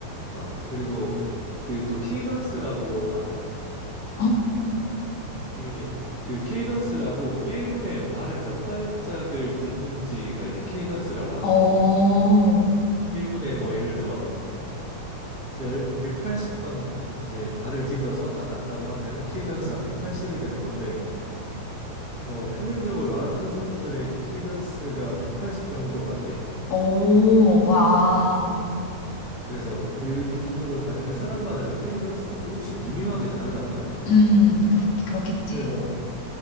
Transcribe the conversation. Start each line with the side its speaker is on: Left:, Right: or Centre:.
Right: 어, 그리고 그 또 케이던스라고 알아?
Left: 어?
Right: 이게 그 케이던스라고 1분에 발을 몇 발짝을 딛는지가 이제 케이던스라고 하거든.
Left: 어,
Right: 일분에 뭐 예를 들어 열 180번 이제 발을 디뎌서 나갔다고 하면은 케이던스가 180이 되는 건데 뭐 평균적으로 마라톤 선수들의 케이던스가 180 정도가 돼.
Left: 오, 와.
Right: 그래서 그 기준으로 가는데 사람마다 그 케이던스도 조금씩 미묘하게 다르단 말이야.
Left: 음, 그렇, 그렇겠지.
Right: 그래서